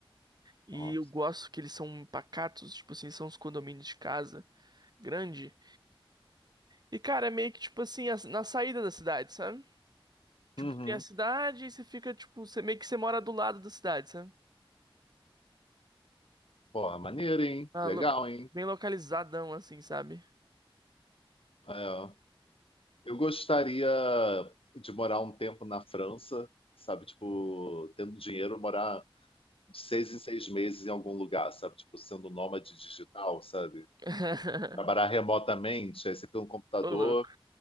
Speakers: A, on the right; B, on the left.
A: E
B: nossa.
A: eu gosto que eles são pacatos, tipo assim, são uns condomínios de casa grande. E, cara, é meio que, tipo assim, as- na saída da cidade, sabe? Tipo,
B: Uhum.
A: tem a cidade e você fica, tipo, você meio que você mora do lado da cidade, sabe?
B: Pô, maneiro, hein?
A: Ah,
B: Legal,
A: lo-
B: hein?
A: bem localizadão, assim, sabe?
B: É. Eu gostaria de morar um tempo na França, sabe? Tipo, tendo dinheiro, morar de seis em seis meses em algum lugar, sabe? Tipo, sendo nômade digital, sabe?
A: <laughs>
B: Trabalhar remotamente, aí você pega um computador
A: Ô, louco.